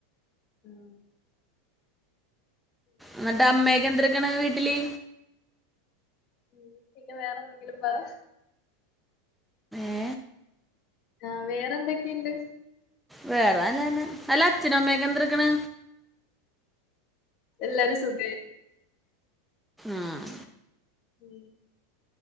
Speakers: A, on the left; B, in the centre.
A: ഉം
B: ഇന്ന്ട്ട് അമ്മയെക്കെ എന്ത്ട്ക്ക്ണ് വീട്ടില്
A: ഉം പിന്നെ വേറെ എന്തെങ്കിലും പറ
B: ഏഹ്
A: ആഹ് വേറെ എന്തെക്കെ ഇണ്ട്
B: വേറെ നല്ലതെന്നെ അല്ല അച്ഛനും അമ്മയെക്കെ എന്ത്ട്ക്ക്ണ്
A: എല്ലാരും സുഖായിരി
B: ആഹ്
A: ഉം